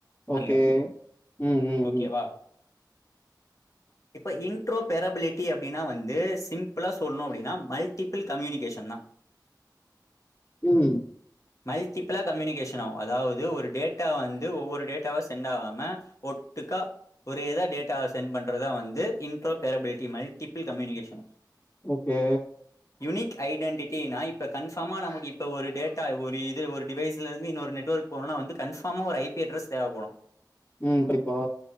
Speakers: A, on the left; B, on the left.
A: ஓகே
B: அங்க
A: உம் உம்
B: ஓகேவா
A: உம்
B: இப்ப இன்ட்ரோபேரபிலிட் ட்டி அப்டின்னா வந்து சிம்பிளா சொல்லணும் அப்டின்னா மல்டிபிள் கம்யூனிகேஷன்தா
A: உம்
B: மல்டிபிளா கம்யூனிகேஷன் ஆவும் அதாவது ஒரு டேட்டா வந்து ஒவ்வொரு டேட்டாவா சென்ட் ஆகாம ஒட்டுக்கா ஒரே இதா டேட்டாவா சென்ட் பண்றதுதா வந்து interoperability multiple communication
A: okay
B: unique ஐடெட்டினா இப்ப கன்ஃபர்மா நமக்கு இப்போ ஒரு டேட் த்தா ஒரு இது ஒரு டிவைஸ்ல இருந்து இன்னொரு நெட்வொர்க் போகனுனா வந்து கன்ஃபார்மா ஒரு ஐ பி அட்ரஸ் தேவப்படு
A: உம் குறிப்பா